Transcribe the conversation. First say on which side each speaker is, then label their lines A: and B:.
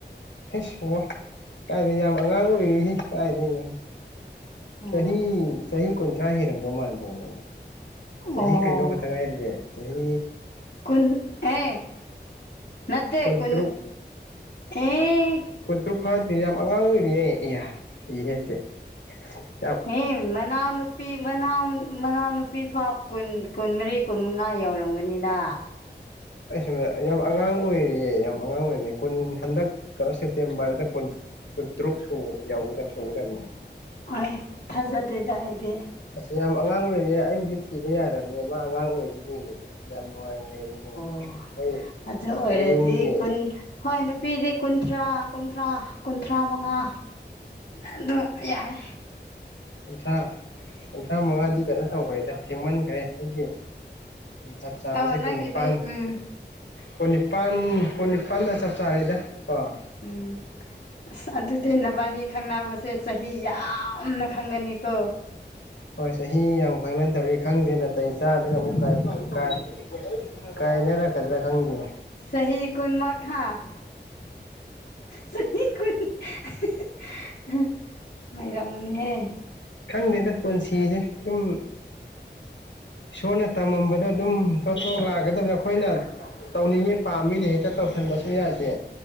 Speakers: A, on the left (about 85°); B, on the left (about 55°).
A: ꯍꯩ ꯑꯣ ꯀꯥꯏꯗ ꯌꯥꯝ ꯑꯉꯥꯡ ꯑꯣꯏꯔꯤꯍꯦ ꯀꯥꯏꯗꯩꯅꯣ꯫
B: ꯑꯣ
A: ꯆꯍꯤ ꯆꯍꯤ ꯀꯨꯟꯊ꯭ꯔꯥ ꯍꯦꯜꯂꯝꯗꯧ ꯃꯥꯟꯕꯅꯤꯅꯦ ꯑꯃꯨꯛ꯫ ꯆꯍꯤ
B: ꯑꯣ
A: ꯀꯩꯅꯣ ꯈꯛꯇ ꯉꯥꯏꯔꯤꯌꯦ ꯆꯍꯤ
B: ꯀꯨꯟ ꯑꯦ ꯅꯠꯇꯦ
A: ꯀꯨꯟꯇꯔꯨꯛ
B: ꯀꯨꯟ ꯑꯦ꯫
A: ꯑꯗꯨ ꯐꯥꯗꯦ ꯌꯥꯝ ꯑꯉꯥꯡ ꯑꯣꯏꯔꯤꯌꯦ ꯑꯌꯥ <unintelligible>
B: ꯍꯦ ꯃꯅꯥꯎ ꯅꯨꯄꯤ ꯃꯅꯥꯎ ꯃꯅꯥꯎꯅꯨꯄꯤ ꯐꯥꯎ ꯀꯨꯟ ꯀꯨꯟꯃꯔꯤ ꯀꯨꯟꯃꯉꯥ ꯌꯧꯔꯝꯒꯅꯤꯅ <inaudible>
A: ꯑꯩ ꯁ ꯌꯥꯝ ꯑꯉꯥꯡ ꯑꯣꯏꯔꯤꯑꯦ ꯌꯥꯝ ꯑꯉꯥꯡ ꯑꯣꯏꯔꯤꯑꯦ ꯀꯨꯟ ꯍꯟꯗꯛ ꯀꯔꯥ ꯁꯦꯞꯇꯦꯝꯕꯔꯗ ꯀꯨꯟ ꯀꯨꯟꯇꯔꯨꯛ ꯁꯣ ꯌꯧꯒꯗꯕ ꯁꯧꯒꯗꯕꯅꯦ꯫
B: ꯍꯣꯏ ꯊꯥꯖꯗꯦꯗ ꯑꯩꯗꯤ
A: ꯑꯁ ꯌꯥꯝ ꯑꯉꯥꯡ ꯑꯣꯏꯔꯤꯑꯦ ꯑꯩꯕꯨꯗꯤ ꯊꯤꯕ ꯌꯥꯔꯕꯅꯦ ꯃꯥ ꯑꯉꯥꯡ ꯑꯣꯏꯕꯒꯤ꯫ ꯌꯥꯝ ꯅꯨꯡꯉꯥꯏꯅ ꯂꯩꯔꯤꯅꯦ
B: ꯑꯣ
A: ꯑꯩꯈꯣꯏ
B: ꯑꯗꯨ ꯑꯣꯏꯔꯗꯤ
A: ꯑꯩꯈꯣꯏ ꯌꯨꯝꯒꯤ
B: ꯀꯨꯟ ꯍꯣꯏ ꯅꯨꯄꯤꯗꯤ ꯀꯨꯟꯊ꯭ꯔꯥ ꯀꯨꯟꯊ꯭ꯔꯥ ꯀꯨꯟꯊ꯭ꯔꯥ ꯃꯉꯥ ꯑꯗꯨ ꯌꯥꯔꯦ꯫
A: ꯀꯨꯟꯊ꯭ꯔꯥ ꯀꯨꯟꯊ꯭ꯔꯥ ꯃꯉꯥꯗꯤ ꯀꯩꯅꯣ ꯇꯧꯈ꯭ꯔꯦꯗ꯫ ꯊꯦꯡꯃꯟꯈ꯭ꯔꯦ ꯑꯩꯈꯣꯏꯒꯤ ꯆꯞ ꯆꯥꯕꯁꯦ
B: ꯑꯧ ꯅꯪꯒꯤꯗꯤ
A: ꯀꯨꯟ ꯅꯤꯄꯥꯟ꯫
B: ꯎꯝ
A: ꯀꯨꯟꯅꯤꯄꯥꯟ ꯀꯨꯟꯅꯤꯄꯥꯟꯗ ꯆꯞ ꯆꯥꯔꯤꯗ ꯑꯣ꯫
B: ꯎꯝ꯫ ꯑꯁ ꯑꯗꯨꯗꯤ ꯅꯕꯥꯅꯤ ꯈꯪꯅꯕꯁꯦ ꯆꯍꯤ ꯌꯥꯝꯅ ꯈꯪꯒꯅꯤꯀꯣ꯫
A: ꯍꯣꯏ ꯆꯍꯤ ꯌꯥꯝ ꯈꯪꯅꯟ ꯇꯧꯔꯤ ꯈꯪꯗꯦ ꯅꯥꯇꯩ ꯆꯥꯗꯒ ꯑꯃꯨꯛ ꯀꯥꯏ ꯀꯥꯏ ꯀꯥꯏꯅꯔꯛꯀꯗ꯭ꯔꯥ ꯈꯪꯗꯦ꯫
B: ꯆꯍꯤ ꯀꯨꯟꯃ ꯃꯈꯥ꯫ ꯆꯍꯤ ꯀꯨꯟ ꯑꯈ <unintelligible>
A: ꯈꯪꯗꯦꯗ ꯄꯨꯟꯁꯤꯁꯦ ꯑꯗꯨꯝ ꯏꯁꯣꯔꯅ ꯇꯝꯃꯝꯕꯗꯣ ꯑꯗꯨꯝ ꯇꯣꯠꯊꯣꯛ ꯂꯥꯛꯀꯗꯕꯗ ꯑꯩꯈꯣꯏꯅ ꯇꯧꯅꯤꯡꯉꯦ ꯄꯥꯝꯃꯤꯅꯦ ꯍꯦꯛꯇ ꯇꯧꯁꯟꯕꯁꯨ ꯌꯥꯗꯦ꯫